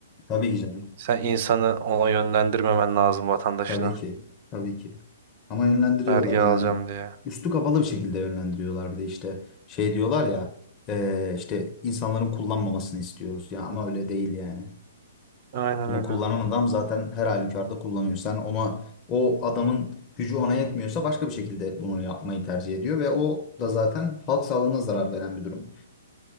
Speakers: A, on the left; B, on the right.
A: Tabii ki canım
B: Sen insanı ona yönlendirmemen lazım vatandaşına.
A: Tabii ki. Tabii ki. Ama yönlendiriyorlar
B: Vergi
A: yani.
B: alacağım diye.
A: Üstü kapalı bir şekilde yönlendiriyorlar bir de işte şey diyorlar ya eee, işte insanların kullanmamasını istiyoruz ya ama öyle değil yani.
B: Aynen
A: Bunu
B: öyle.
A: kullanan adam zaten her halükarda kullanıyor. Sen ona o adamın gücü ona yetmiyorsa başka bir şekilde bunu yapmayı tercih ediyor ve o da zaten halk sağlığına zarar veren bir durum.